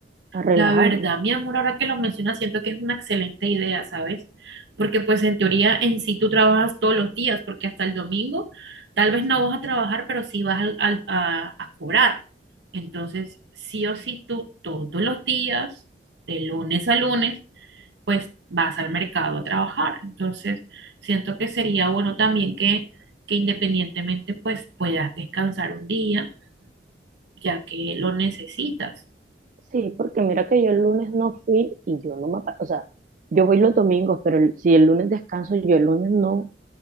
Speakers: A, on the right; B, on the right.
A: a relajarme.
B: La verdad, mi amor, ahora que lo mencionas, siento que es una excelente idea, ¿sabes? Porque pues en teoría en sí tú trabajas todos los días, porque hasta el domingo tal vez no vas a trabajar, pero sí vas al- al- a, a cobrar. Entonces, sí o sí tú todos los días, de lunes a lunes, pues vas al mercado a trabajar. Entonces, siento que sería bueno también que, que independientemente pues puedas descansar un día, ya que lo necesitas.
A: Sí, porque mira que yo el lunes no fui y yo no me, apa- o sea, yo voy los domingos, pero el- si el lunes descanso, yo el lunes no,